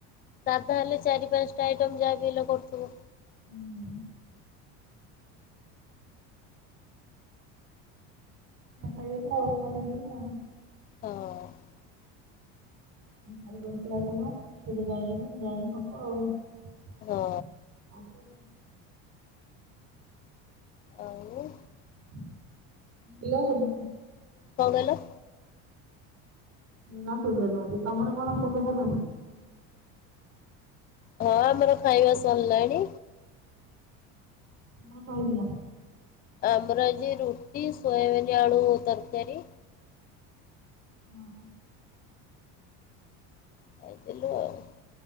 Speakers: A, on the left; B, on the right.
A: ସାଧା ହେଲେ ଚାରି ପାଞ୍ଚଟା ଆଇଟମ୍ ଯାହାବି ହେଲେ କରୁଥିବ।
B: ହୁଁ। ଖାଇବା ତ ଆଉ ଖାଇବଉ।
A: ହଁ।
B: <unintelligible> ଯାଇଲେ ହବ ଆଉ।
A: ହଁ।
B: ଆଉ କ କହୁଚ?
A: ଆଉ?
B: <unintelligible>
A: କଣ କହିଲ?
B: ନା ଶୁଭୁନି ମତେ ତମର କଣ କ୍ଷୁଭ ସାରଣି?
A: ହଁ ଆମର ଖାଇବା ସରିଲାଣି।
B: ତମର କଣ ହେଇଥିଲା?
A: ଆମର ଆଜି ରୁଟି, ସୋୟାବିନୀ ଆଳୁ ତରକାରୀ।
B: ଓହୋ।
A: ଖାଇଥିଲୁ ଆଉ।